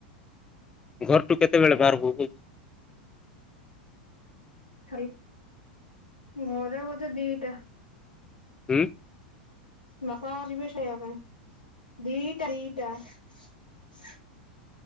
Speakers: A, on the left; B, on the left.
A: ଘରଠୁ କେତେବେଳେ ବାହାରକୁ ଯଛି
B: ଖ ଘରେ ବୋଧେ ଦିଟା
A: ହଁ।
B: ବାପା ଯିବେ ସେଇଆ ପାଇଁ ରଇଟା, ଟା